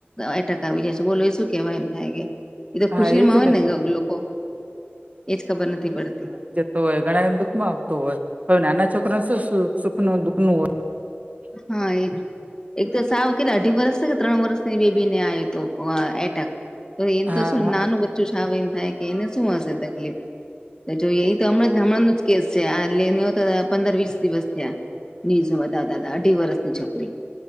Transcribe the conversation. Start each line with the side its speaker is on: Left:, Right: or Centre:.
Left: એટક આવી જાય છે બોલો શું કેવાય એમ થાય કે એતો ખુશી
Right: હા એજ
Left: માં હોય ને લોકો એજ ખબર નથી પડતી
Right: તો ઘણા એ દુખમાં આવતું હોય તો નાના છોકરાને શું સુ સુખનું દુખનું હોય
Left: હા એ એક તો સાવ કેટલા અઢી વર્ષ ને કે ત્રણ વર્ષની બેબી ને આવ તો એટેક તો એમ
Right: હા
Left: તો શું નાનું બચ્ચું શાવું એમ થાય કે એને શું હશે તકલીફ તો જોઈએ એ તો હમણાં હમણાંનું જ કેસ જો આ લેવી હા તા પંદર વીસ દિવસ થયા ન્યુઝું બતાવતા અઢી વર્ષની છોકરી